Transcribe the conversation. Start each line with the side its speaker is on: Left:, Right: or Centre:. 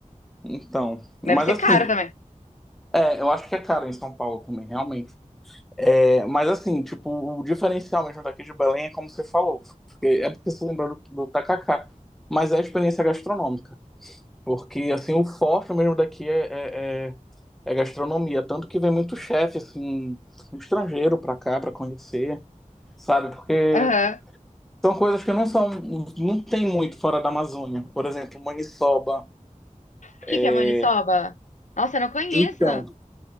Centre: então, mas
Left: Deve ser
Centre: assim,
Left: caro também.
Centre: é, eu acho que é caro em São Paulo também, realmente. É, mas assim, tipo, o diferencial mesmo daqui de Belém é como você falou, porque é porque você lembrou do, do tacacá, mas é a experiência gastronômica. Porque, assim, o forte mesmo daqui é, é, é, é gastronomia. Tanto que vem muito chefe, assim, estrangeiro pra cá, pra conhecer, sabe? Porque
Left: Aham.
Centre: são coisas que não são... Não tem muito fora da Amazônia. Por exemplo, maniçoba.
Left: O que que
Centre: É,
Left: é maniçoba? Nossa, eu não conheço.
Centre: então,